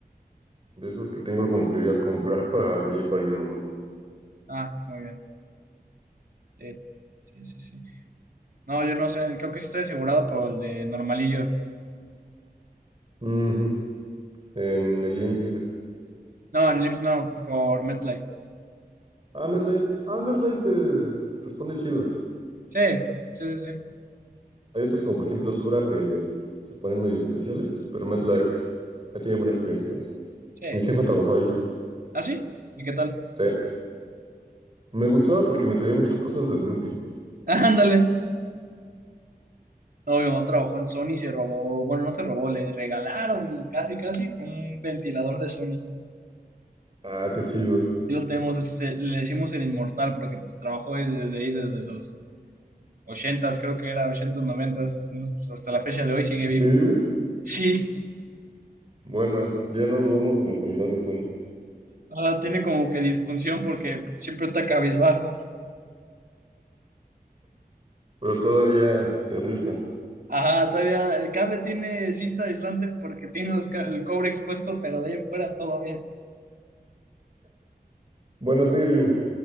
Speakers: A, on the right (about 35°); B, on the right (about 60°).
A: De esos que tengo como prioridad comprar para mí y para mi mamá.
B: Ah, muy bien. Sí, sí, sí, sí. No, yo no sé, creo que sí estoy asegurado por el de normalillo.
A: Ujú. En el IMSS dice,
B: No, en el IMSS no, por MetLife.
A: ah, MetLife, ah, MetLife eh, responde chido.
B: Sí, sí, sí, sí.
A: Hay otros como por ejemplo Sura que se ponen medio especiales, pero MetLife ya tiene buena experiencia con eso.
B: Sí.
A: Mi jefa trabajaba ahí.
B: ¿Ah, sí? ¿Y qué tal?
A: Sí. Me gustaba porque me traía muchas cosas de Snoopy.
B: <laughs> Ándale. No, mi mamá trabajó en Sony y se robó, bueno, no se robó, le regalaron casi, casi un ventilador de Sony.
A: Ah, qué chido.
B: Sí lo tenemos, es- se- le decimos el inmortal porque pues, trabajó ahí desde ahí, desde los ochentas creo que era ochentas noventas entonces pues hasta la fecha de hoy sigue
A: ¿Sigue
B: vivo.
A: vivo?
B: Sí,
A: Bueno, ya no dudamos de la calidad de Sony,
B: ahora tiene como que disfunción porque siempre está cabizbajo.
A: pero todavía se rifa.
B: Ajá, todavía el cable tiene cinta aislante porque tiene los ca- el cobre expuesto, pero de ahí en fuera todo bien.
A: Bueno, sigue vivo.